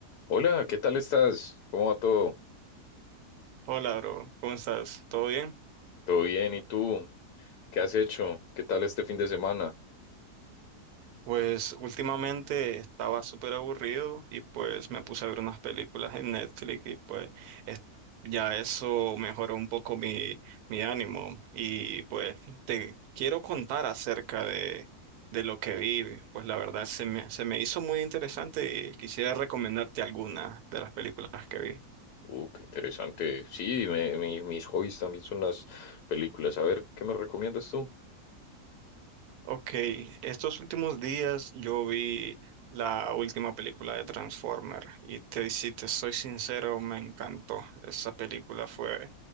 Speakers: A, on the left; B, on the right.
A: Hola, ¿qué tal estás? ¿Cómo va todo?
B: Hola, bro. ¿Cómo estás? ¿Todo bien?
A: ¿Todo bien? ¿Y tú? ¿Qué has hecho? ¿Qué tal este fin de semana?
B: Pues últimamente estaba súper aburrido y pues me puse a ver unas películas en Netflix y pues es- ya eso mejoró un poco mi, mi ánimo y pues te quiero contar acerca de, de lo que vi. Pues la verdad se me, se me hizo muy interesante y quisiera recomendarte algunas de las películas que vi.
A: Uh, qué interesante. Sí, me- mi- mis hobbies también son las películas. A ver, ¿qué me recomiendas tú?
B: Ok, estos últimos días yo vi la última película de Transformer y te, si te soy sincero, me encantó. Esa película fue